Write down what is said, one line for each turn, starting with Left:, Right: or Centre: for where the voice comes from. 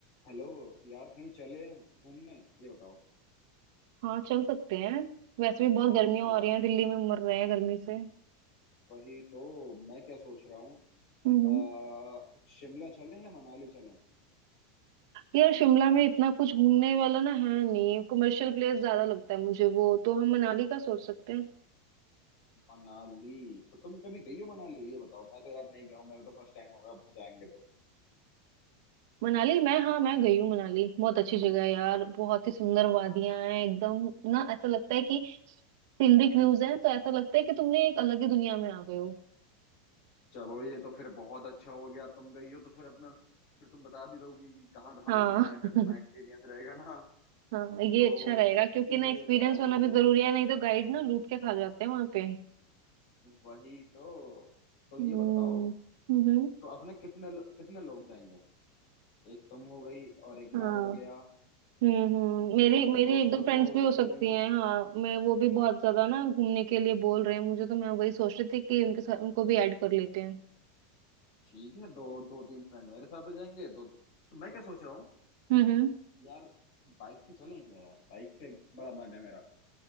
Left: Hello यार कहीं चले घूमने ये बताओ
Right: हाँ चल सकते हैं वैसे भी बहुत गर्मियां
Left: यार
Right: हो रही हैं दिल्ली में मर रहे हैं गर्मी से
Left: वही तो मैं क्या सोच रहा हूँ
Right: हम्म
Left: अ, शिमला चलें या मनाली चलें
Right: यार शिमला में इतना कुछ घूमने वाला ना है नहीं कमर्शियल प्लेस ज्यादा लगता है मुझे वो तो हम मनाली का सोच सकते हैं
Left: मनाली तो तुम कभी गई हो मनाली ये बताओ मैं तो यार नहीं गया हूँ मेरा तो फर्स्ट टाइम होगा अपना जाएंगे तो
Right: मनाली मैं हाँ मैं गई हूँ मनाली बहुत अच्छी जगह है यार बहुत ही सुंदर वादियां हैं एकदम ना ऐसा लगता है कि सीनरिक व्यूज
Left: हाँ,
Right: हैं तो ऐसा लगता है कि तुमने एक अलग ही दुनिया में आ गए हो
Left: चलो ये तो फिर बहुत अच्छा हो गया तुम गई हो तो फिर अपना फिर तुम बता भी दोगी कि कहाँ कहाँ
Right: हाँ
Left: घूमना है
Right: <laughs>
Left: फिर तुम्हें एक्सपीरियंस रहेगा ना
Right: हाँ ये
Left: तो
Right: अच्छा रहेगा क्योंकि
Left: ये
Right: ना एक्सपीरियंस
Left: बताओ
Right: होना
Left: मुझे
Right: भी जरूरी है नहीं तो गाइड ना लूट के खा जाते हैं वहां पे
Left: वही तो तो ये
Right: हम्म,
Left: बताओ
Right: हम्म
Left: तो अपने कितने कितने लोग जाएंगे एक तुम हो गई और एक
Right: हाँ
Left: मैं हो गया
Right: हम्म हम्म मेरी
Left: तुम अपने
Right: मेरी
Left: दोस्तों
Right: एक दो फ्रेंड्स
Left: को
Right: भी हो सकती
Left: ले लेना
Right: हैं हाँ मैं वो भी बहुत ज्यादा ना घूमने के लिए बोल रहे हैं मुझे तो मैं वही सोच रही थी कि उनके साथ उनको भी ऐड कर लेते हैं
Left: ठीक है दो दो तीन फ्रेंड मेरे साथ हो जाएंगे दो तो मैं क्या सोच रहा हूँ
Right: हम्म हम्म
Left: यार बाइक से चलें क्या यार बाइक से बड़ा मन है मेरा